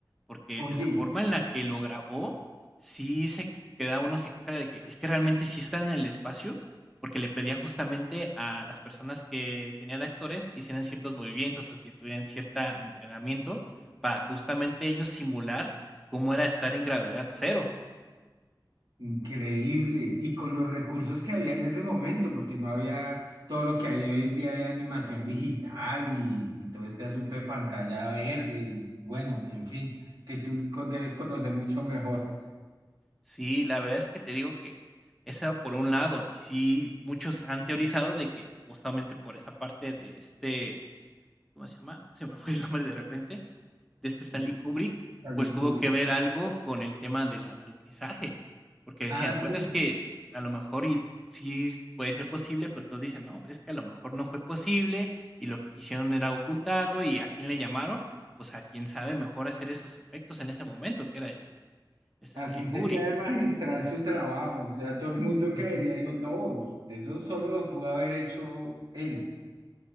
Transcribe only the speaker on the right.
Oye,
Increíble. Y con los recursos que había en ese momento, porque no había todo lo que hay hoy en día de animación digital y, y todo este asunto de pantalla verde. Y bueno, en fin, que tú co- debes conocer mucho mejor
de
Stanley
Kubrick.
Ah, sí,
así
sería de magistral su trabajo. O sea, todo el mundo
creería, digo, no, pues, eso solo lo pudo haber hecho él.